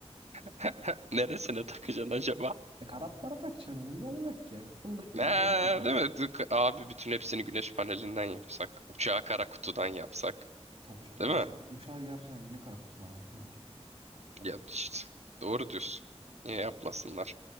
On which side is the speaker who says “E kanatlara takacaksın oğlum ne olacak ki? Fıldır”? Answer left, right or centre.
Right